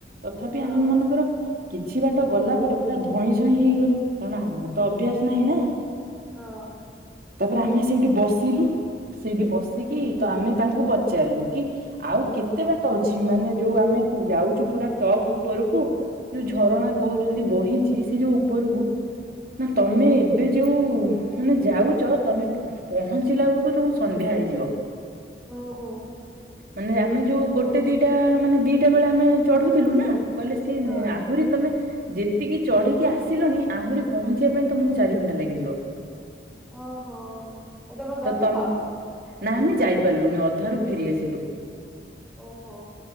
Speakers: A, on the right; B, in the centre.
A: ତଥାପି
B: ହଁ
A: ଆମେ ମାନଙ୍କର କିଛି ବାଟ ଗଲା ପରେ ପୁରା ଧଇଁ ସଇଁ ହେଇଗଲୁ କାରଣ ଆମର ତ ଅଭ୍ୟାସ ନାହିଁ ନା।
B: ହଁ।
A: ତାପରେ ଆମେ ସେଇଠି ବସିଲୁ। ସେଇଠି ବସିକି ତ ଆମେ ତାଙ୍କୁ ପଚାରିଲୁ କି ଆଉ କେ କେତେ ବାଟ ଅଛି ମାନେ ଯୋଉ ଆମେ ଯାଉଛୁ ପୁରା ଟପ୍ ଉପରକୁ। ଯୋଉ ଝରଣା କହୁଛନ୍ତି ବହିଛି ସେ ଯୋଉ ଉପରକୁ ନା ତମେ ଏବେ ଯୋଉ ମାନେ ଯାଉଛ ତମେ ପହଞ୍ଚିଲା ବେଳକୁ ତମକୁ ସନ୍ଧ୍ୟା ହେଇଯିବ।
B: ଓହୋ
A: ମାନେ ଆମେ ଯୋଉ ଗୋଟେ ଦିଟା ମାନେ ଦିଟା ବେଳେ ଆମେ ଚଢୁଥିଲୁ ନା କହିଲେ ସିଏ
B: ହଁ
A: ଆହୁରି ତମେ ଯେ ତିକି ଚଢିକି ଆସିଲଣି ଆହୁରି ପହଞ୍ଚିବା ପାଇଁ ତମକୁ ଚାରି ଘଣ୍ଟା ଲାଗିଯିବ।
B: ଓହୋ ଆ ତମେ
A: ତ
B: ଗଲ?
A: ତମ ନା ଆମେ ଯାଇପାରିଲୁନି ଅଧାରୁ ଫେରିଆସିଲୁ।
B: ଓହୋ।